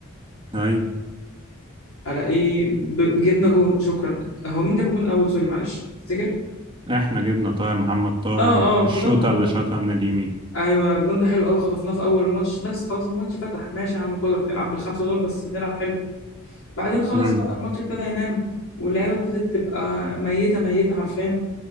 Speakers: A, on the right; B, on the left.
A: أي
B: الاقيه ب- جبنا جون شكرا هو مين جاب الجون الاول سوري معلش تفتكر
A: إحنا جبنا طاهر محمد طاهر
B: اه اه خطفنا
A: الشوطة
B: جون
A: اللي شاطها من اليمين
B: ايوه الجون ده حلو قوي خطفناه في اول الماتش بس خلاص الماتش فتح ماشي يا عم كولر العب بالخمسه دول بس بنلعب حلو بعدين خلاص
A: امم
B: بقى الماتش ابتدى ينام واللعيبه ابتدت تبقى ميته ميته حرفيا